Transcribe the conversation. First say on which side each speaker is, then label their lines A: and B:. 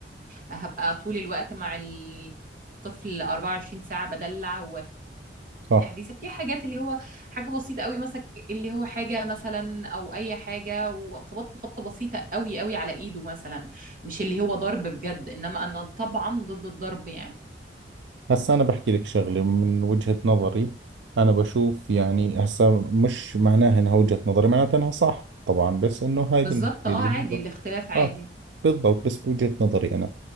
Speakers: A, on the right; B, on the right.
A: هبقى طول الوقت مع الطفل 24 ساعة بدلع
B: صح
A: وحديثة في حاجات اللي هو حاجة بسيطة قوي مثلا اللي هو حاجة مثلا او اي حاجة وخبطت خبطة بسيطة قوي قوي على ايده مثلا مش اللي هو ضرب بجد انما انا طبعا ضد الضرب يعني
B: هسا أنا بحكي لك شغلة من وجهة نظري أنا بشوف يعني هسا مش معناها إنها وجهة نظري معناتها إنها صح طبعا بس إنه هاي
A: بالظبط
B: بالنسبة
A: اه
B: لي
A: عادي
B: هذا-
A: الاختلاف عادي
B: آه بالضبط بس بوجهة نظري أنا